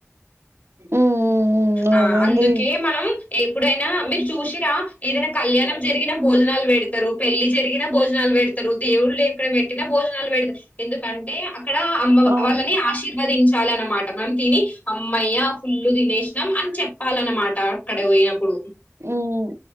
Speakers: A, on the right (about 60°); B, on the left (about 35°).
A: ఉమ్ ఉమ్ అవునండి
B: ఆ అందుకే మనం ఎప్పుడైనా మీర్ చూషి ర్ కా ఏదైనా కళ్యాణం జరిగిన భోజనాలు పెడతరు పెళ్లి జరిగినా భోజనాలు పెడత్ రు దేవుళ్ళు ఎక్కడ పెట్టినా భోనాలు పెడతరు ఎందుకు కంటే అక్కడ అమ్మ
A: ఆ
B: వాళ్ళని ఆశీర్వదించాలి అన్నమాట మనం తిని అమయ్యా ఫుల్ళు తినేసాం అని చెప్పాలనమాట అక్కడ పోయినప్పుడు
A: ఉమ్